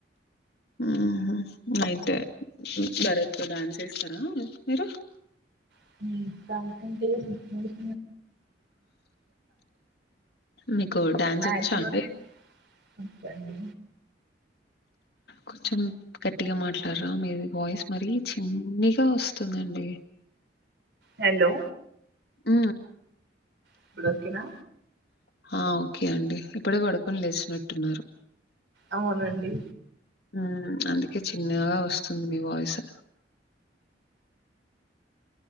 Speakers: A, on the left; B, on the right.
A: um హూ నైట్ బరత్ లో డ్యాన్స్ చేస్తారా మీరు
B: ఉమ్ <unintelligible>
A: మీకు డ్యాన్స్
B: మాక్సిమం
A: వచ్చాండి.
B: వచ్చండి
A: కొంచెం గట్టిగా మాట్లాడరా మీది వాయిస్ మరీ చిన్నిగా వస్తుందండి.
B: హలో
A: ఆ
B: ఎప్పుడు ఓకేనా
A: ఆ ఓకే అండి ఇప్పుడే పడుకొని లేచినట్టున్నారు.
B: అవునండి
A: ఉ అందుకే చిన్నగా వస్తుంది మీ వాయిసు